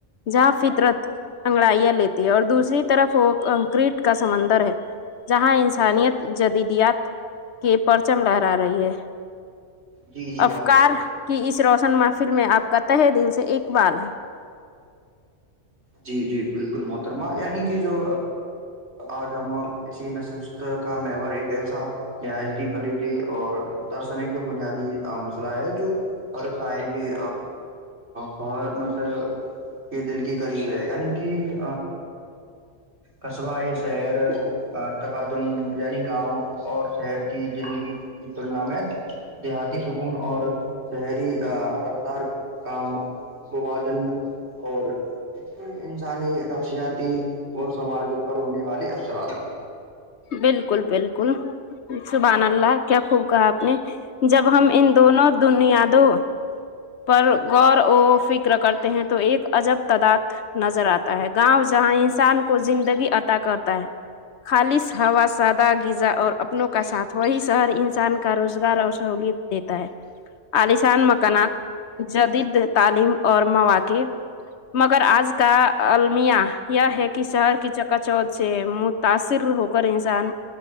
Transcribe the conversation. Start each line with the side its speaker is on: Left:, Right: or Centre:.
Left: جہاں فطرت انگڑائیاں لیتی ہے اور دوسری طرف وہ کنکریٹ کا سمندر ہے جہاں انسانیت جدیدیات کے پرچم لہرا رہی ہے
Right: جی جی
Left: افکار
Right: محترمہ
Left: کی اس روشن محفل میں آپ کا تہ دل سے اقبال ہے
Right: جی جی بالکل محترمہ یعنی کہ جو آج ہم اسی نشست کا میور ایک ایسا <unintelligible> اور درسنے کا بنیادی مسئلہ ہے جو صحب بھی فر مت کے دل کی قریب ہے یعنی کہ قصبہ یہ شہر تکادن یعنی گاؤں اور شہر کی زندگی کی تلنا میں دیہاتی سکون اور شہری رفتار کا وواجن اور ان کے انسانی نفسیاتی و سماج پر ہونے والے افثرات
Left: بالکل بالکل سبحان اللہ کیا خوب کہا آپ نے جب ہم ان دونوں دنیا دوں پر غور و فکر کرتے ہیں تو ایک عجب تداد نظر آتا ہے گاؤں جہاں انسان کو زندگی عطا کرتا ہے خالص ہوا سادہ غذا اور اپنوں کا ساتھ وہی شہر انسان کا روزگار اور سہوولت دیتا ہے
Right: ج
Left: عالیشان مکانات جدید تعلیم اور مواقع مگر آج کا المیہ یہ ہے کہ شہر کی چکا چوت سے تاثر ہو کر انسان